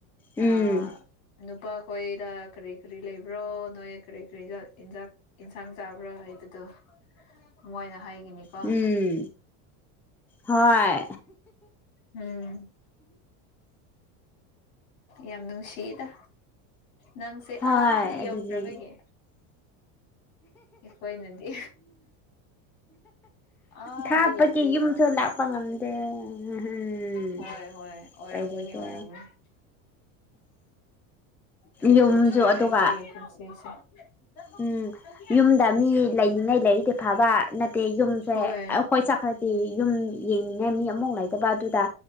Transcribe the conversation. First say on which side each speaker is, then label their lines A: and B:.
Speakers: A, in the centre; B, on the left (about 90°).
A: ꯎꯝ
B: ꯑ ꯅꯨꯄꯥꯈꯣꯏꯗ ꯀ꯭ꯔꯤ ꯀ꯭ꯔꯤ ꯂꯩꯕ꯭ꯔꯣ ꯅꯣꯏ ꯀ꯭ꯔꯤ ꯀ꯭ꯔꯤꯗ ꯏꯟꯖꯥꯛ ꯏꯟꯁꯥꯡ ꯆꯥꯕ꯭ꯔꯥ ꯍꯥꯏꯕꯗꯣ ꯃꯣꯏꯅ ꯍꯥꯏ ꯅꯤ ꯀꯣ
A: ꯎꯝ
B: <unintelligible>
A: ꯍꯣꯏ
B: ꯎꯝ ꯌꯥꯝ ꯅꯨꯡꯁꯤ ꯁꯤꯗ ꯅꯪꯁꯦ
A: ꯍꯣꯏ
B: ꯑꯥꯗ ꯌꯧꯈ꯭ꯔꯕꯒꯤ
A: ꯑꯗꯨꯅꯦ
B: ꯑꯩꯈꯣꯏꯅꯗꯤ ꯑꯥꯗꯩ
A: ꯊꯥꯞꯄꯒꯤ
B: ꯌꯥꯎꯈ꯭ꯔꯦꯅꯦ
A: ꯌꯨꯝꯁꯨ
B: ꯅꯪꯁꯤ
A: ꯂꯥꯛꯄ ꯉꯝꯗꯦ ꯎꯝ
B: ꯍꯣꯏ ꯍꯣꯏ ꯑꯣꯏꯔꯝꯒꯅꯤ
A: ꯎꯄꯥꯏ ꯂꯩꯇꯦ
B: ꯑꯣꯏꯔꯝꯒꯅꯤ ꯀꯔꯤ
A: ꯌꯨꯝꯁꯨ
B: ꯇꯧꯁꯤꯔ
A: ꯑꯗꯨꯒ
B: ꯑꯩꯈꯣꯏꯒꯤ ꯄꯨꯟꯁꯤꯁꯦ ꯏ
A: ꯎꯝ
B: <unintelligible>
A: ꯌꯨꯝꯗ ꯃꯤ ꯂꯩꯅꯤꯡꯉꯥꯏ ꯂꯩꯔꯤꯗꯤ ꯐꯕ ꯅꯠꯇꯦ ꯌꯨꯝꯁꯦ
B: ꯍꯣꯏ
A: ꯑꯩꯈꯣꯏ ꯆꯠꯈ꯭ꯔꯗꯤ
B: ꯎꯝ
A: ꯌꯨꯝ ꯌꯦꯡꯅꯤꯡꯉꯥꯏ ꯃꯤ ꯑꯃꯨꯛ ꯂꯩꯇꯕ ꯑꯗꯨꯗ